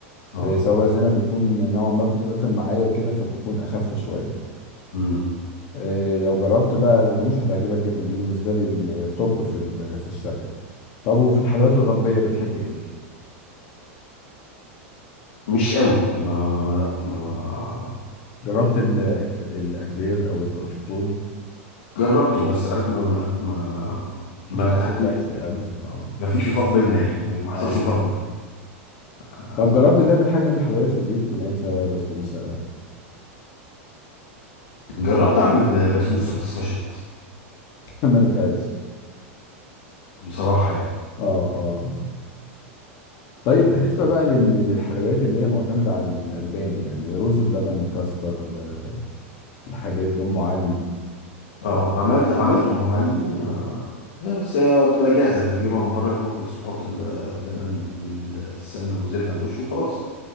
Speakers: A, on the left (about 75°); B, on the left (about 50°).
A: اه
B: آه، صوابع زينب بيكون نوعا ما بتتقطم معايا كده فبتكون اخف شويه
A: مم.
B: آه، لو جربت بقى الرموش هتعجبك جدا دي بالنسبه لي التوب في ال- في الشرقي طب وفي الحلويات الغربيه بتحب ايه
A: مش قوي ما لا ما
B: جربت الأك- الاكلير او البروفيترول
A: جربته بس عارف ما لا ما ما
B: ما
A: ارتحتلوش
B: شدكش قوي اه
A: ما فيش وفاق بينا يعني ما ما حصلش
B: ايوه
A: وفاق بينا آه.
B: طب جربت تعمل حاجة من الحلويات في البيت كنافة بسبوسة
A: جربت اعمل بسبوسه بس فشلت
B: <laughs> منفعتش
A: بصراحه يعني
B: اه اه طيب بالنسبة
A: ف...
B: بقى لل- للحلويات اللي هي معتمدة على الألبان يعني رز بلبن كاستر آه، الحاجات دي، أم علي
A: اه عملت عملت ام علي آه، إيه بس آه، بتبقى جاهزة انت بتجيبها من بره يا دوبك بس بتحط ال- اللبن والسمنة او الزبدة على الوش وخلاص